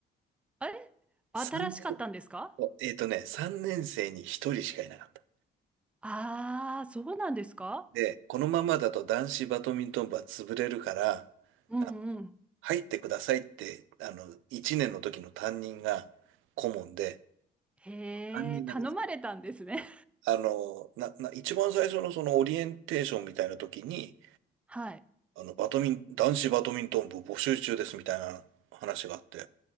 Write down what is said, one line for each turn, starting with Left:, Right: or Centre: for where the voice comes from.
Centre: あれ新しかったんですか
Right: 3年、えっとね、3年生に1人しかいなかった。
Centre: ああ、そうなんですか
Right: で、このままだと男子バドミントン部は潰れるから、
Centre: うんうん。
Right: あ入ってくださいって、あの、1年の時の担任が顧問で、
Centre: へえ、
Right: 担任がですね、
Centre: 頼まれたんですね。
Right: あの、な、な、一番最初のそのオリエンテーションみたいな時に、
Centre: <laughs> はい。
Right: あの、バドミン、男子バドミントン部募集中ですみたいな話があって、